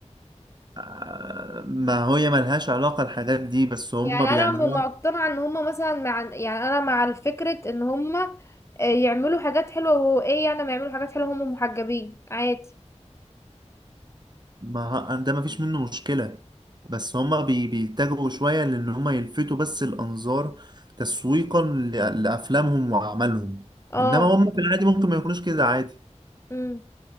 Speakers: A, on the right; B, on the left.
A: آه، ما هي ملهاش علاقة الحاجات دي بس هم
B: يعني
A: بيعملوها
B: انا م- مقتنعه ان هما مثلا مع يعني انا مع الفكره ان هما آه، يعملوا حاجات حلوه وايه يعني ما يعملوا حاجات حلوه هما محجبين عادي
A: ما ه- ده ما فيش منه مشكلة بس هم بي بيتجهوا شوية لان هم يلفتوا بس الانظار تسويقا ل- لافلامهم واعمالهم
B: اه
A: انما هم في العادي ممكن ما يكونوش كده عادي
B: امم